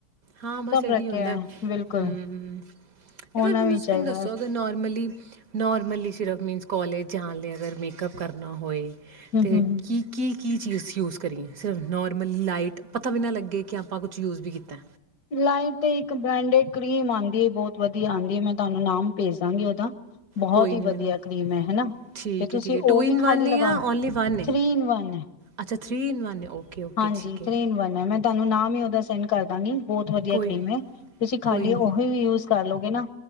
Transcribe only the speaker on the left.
ਸਭ
ਰੱਖਿਆ
ਹੈ ਬਿਲਕੁਲ
ਹੋਣਾ
ਵੀ ਚਾਹੀਦਾ
ਹੂੰ
ਹੂੰ
ਯਾਰ ਇੱਕ ਤੇ ਇੱਕ ਬੈਂਡੇੜ ਕ੍ਰੀਮ ਆਂਦੀ ਏ, ਬੋਤ ਵਦੀਆ ਆਂਦੀ ਏ ਮੈਂ ਤੁਹਾਨੂੰ ਨਾਮ ਭੇਜ ਦਾਂਗੀ ਐਦਾ ਬਹੋਤ
ਈ
ਵਦੀਆ
ਕ੍ਰੀਮ ਐ ਹੈਨਾ,
ਤੇ ਤੂਸੀ
ਓਵੀ
ਖਾਲੀ ਲਗਾ,
ਥ੍ਰੀ-ਈਨ-ਵਨ ਏ।
ਹਾਂਜੀ,
ਥ੍ਰੀ-ਈਨ-ਵਨ ਏ ਮੈਂਂ ਤ੍ਹਾਨੂ ਨਾ ਵੀ ਓਦਾ ਸੈਂਡ ਕਰਦਾ ਗੀ ਬੋਤ ਵਦੀਆ
ਕ੍ਰੀਮ ਏ। ਤੁਸੀਂ ਖਾਲੀ
ਓਹੀ ਯੂਜ਼ ਕਰਲੋਗੇ ਨਾ।